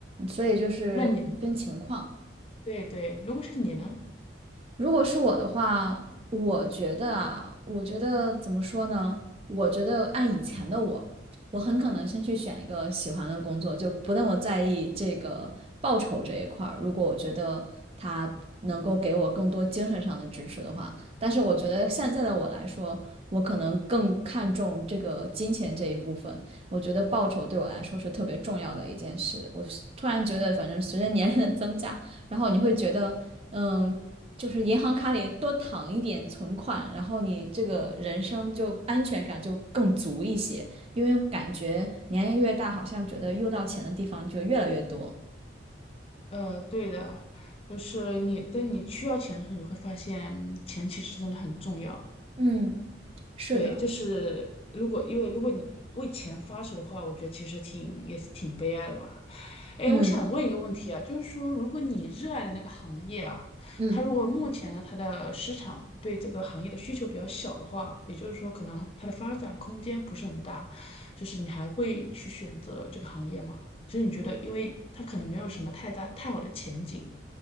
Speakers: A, on the right (about 30°); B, on the left (about 30°).
A: 所以就是分情况。
B: 那你，对对，如果是你呢？
A: 如果是我的话，我觉得啊，我觉得怎么说呢？我觉得按以前的我，我很可能先去选一个喜欢的工作，就不那么在意这个报酬这一块儿。如果我觉得他能够给我更多精神上的支持的话，但是我觉得现在的我来说，我可能更看重这个金钱这一部分。我觉得报酬对我来说是特别重要的一件事。我突然觉得，反正随着年龄的增加，然后你会觉得。嗯，就是银行卡里多躺一点存款，然后你这个人生就安全感就更足一些，因为感觉年龄越大，好像觉得用到钱的地方就越来越多。
B: 呃，对的，就是你，当你需要钱的时候，你会发现嗯钱其实真的很重要。
A: 嗯，是的，
B: 对，就是如果因为如果你为钱发愁的话，我觉得其实挺也是挺悲哀的吧。哎，
A: 嗯
B: 我想问一个问题啊，就是说，如果你热爱的那个行业啊，
A: 嗯
B: 它如果目前呢，它的市场对这个行业的需求比较小的话，也就是说，可能它的发展空间不是很大，就是你还会去选择这个行业吗？就是你觉得，因为它可能没有什么太大太好的前景，